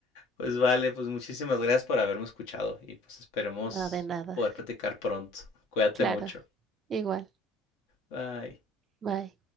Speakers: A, on the left; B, on the right.
A: Pues vale, pues muchísimas gracias por haberme escuchado. Y pues esperemos
B: No, de nada.
A: poder platicar pronto. Cuídate
B: Claro,
A: mucho.
B: igual.
A: Bye.
B: Bye.